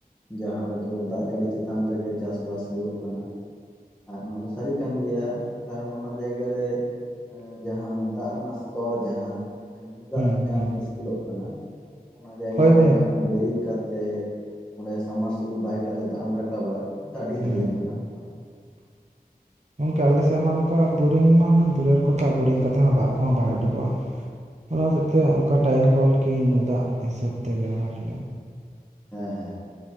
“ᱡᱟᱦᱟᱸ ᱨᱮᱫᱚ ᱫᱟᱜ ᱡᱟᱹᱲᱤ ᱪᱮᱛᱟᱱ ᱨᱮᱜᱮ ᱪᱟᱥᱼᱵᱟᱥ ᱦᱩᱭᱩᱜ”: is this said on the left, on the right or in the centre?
Centre